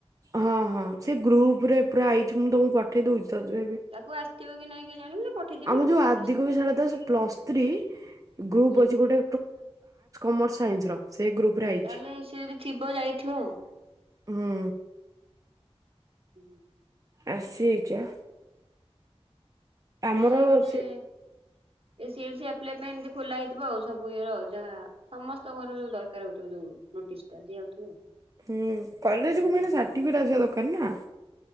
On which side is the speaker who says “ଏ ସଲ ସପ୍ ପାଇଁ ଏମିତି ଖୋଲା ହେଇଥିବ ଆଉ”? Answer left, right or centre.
Right